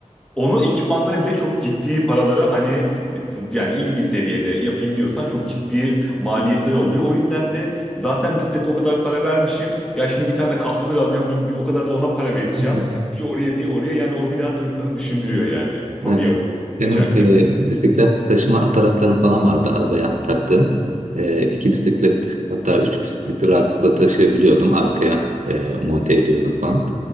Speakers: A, in the centre; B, on the right.
A: onun ekipmanları bile çok ciddi paralara hani e, d- yani iyi bir seviyede yapayım diyorsan çok ciddi maliyetleri oluyor. O yüzden de zaten bisiklete o kadar para vermişim. Ya şimdi bir tane de katlanır alacağım bir, bir o kadar da ona para vereceğim.
B: <laughs>
A: Bir oraya bir oraya yani o biraz insanı düşündürüyor yani hobi
B: Evet.
A: seçerken.
B: Benim e, bisiklet taşıma aparatlarım falan vardı arabaya taktığım. E, iki bisiklet hatta üç bisikleti rahatlıkla taşıyabiliyordum. Arkaya e, monte ediyordum falan.